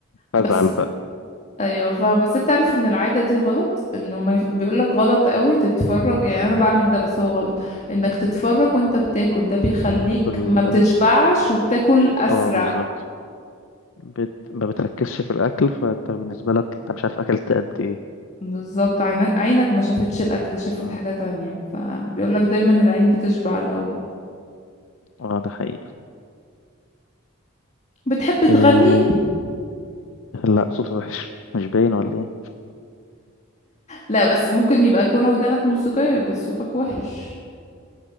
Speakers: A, on the left; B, on the left.
A: فازعل
B: بس
A: بقى
B: ايوه فاهمة بس انت عارف ان العاده دي غلط انه ما يف... بيقولك غلط قوي تتفرج يعني انا بعمل ده بس هو غلط انك تتفرج وانت بتاكل ده بيخليك
A: وفي الغالب
B: ما بتشبعش وبتاكل اسرع
A: اه بالظبط بت... ما بتركزش في الاكل فانت بالنسبه لك انت مش عارف اكلت قد ايه
B: بالظبط عينك عينك ما شافتش الاكل شافت
A: مم.
B: حاجه تانية فبيقولك دايما العين بتشبع الاول
A: اه ده حقيقه
B: بتحب تغني
A: إيه... لا صوتي وحش مش باين ولا ايه
B: لا بس ممكن يبقى يكون ودانك موسيقيه بس صوتك وحش